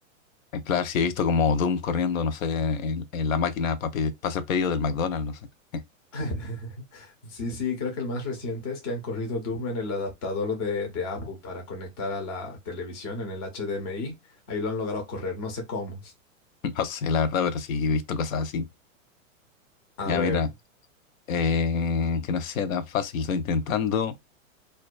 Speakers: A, on the left (about 75°); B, on the left (about 20°).
A: Eh, Claro, si he visto como Doom corriendo, no sé, en, en la máquina para hacer pedido del McDonald's, no sé. <laughs>
B: <laughs> Sí, sí, creo que el más reciente es que han corrido Doom en el adaptador de, de Apple para conectar a la televisión en el HDMI. Ahí lo han logrado correr, no sé cómo.
A: No sé, la verdad, pero sí he visto cosas así.
B: A
A: Ya,
B: ver,
A: mira. Eh, que no sea tan fácil, estoy intentando.